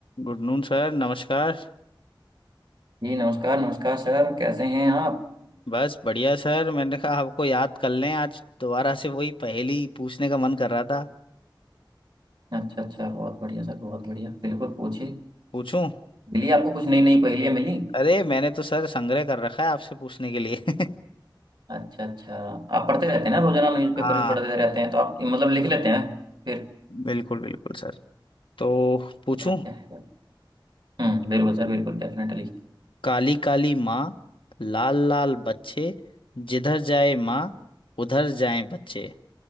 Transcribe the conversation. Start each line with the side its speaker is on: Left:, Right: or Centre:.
Left: Good noon sir नमस्कार
Right: जी नमस्कार नमस्कार सर कैसे हैं आप
Left: बस बढ़िया सर मैंने कहा आपको याद कर लें आज दोबारा से वही पहेली पूछने का मन कर रहा था
Right: अच्छा अच्छा बहुत बढ़िया सर बहुत बढ़िया बिल्कुल पूछिए
Left: पूछूं
Right: मिली आपको कुछ नई नई पहेलियाँ मिली
Left: अरे मैंने तो सर संग्रह कर रखा है आपसे पूछने के लिए <laughs>
Right: अच्छा अच्छा आप पढ़ते रहते हैं ना रोजाना न्यूज़पेपर
Left: हाँ
Right: भी पढ़ते रहते हैं तो आप मतलब लिख लेते हैं फिर
Left: बिल्कुल बिल्कुल सर तो पूछूं
Right: बढ़िया है हम्म बिल्कुल सर बिल्कुल डेफिनेटली
Left: काली काली माँ लाल लाल बच्चे जिधर जाए माँ उधर जाए बच्चे